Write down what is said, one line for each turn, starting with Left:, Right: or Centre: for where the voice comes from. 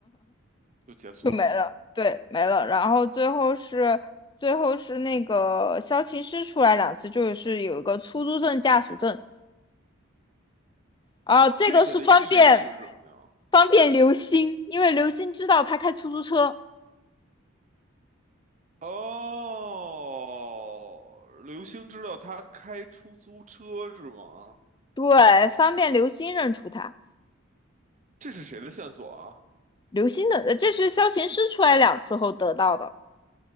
Right: 就结束了吗？
Left: 就没了，对，没了。然后最后是最后是那个肖琴师出来两次，就是有一个出租证、驾驶证，啊，这个是方便
Right: 这个的意义是什么呀？
Left: 方便刘星，因为刘星知道他开出租车，
Right: 哦，刘星知道他开出租车是吗？
Left: 对，方便刘星认出他。
Right: 这是谁的线索啊？
Left: 刘星的，呃这是萧琴师出来两次后得到的。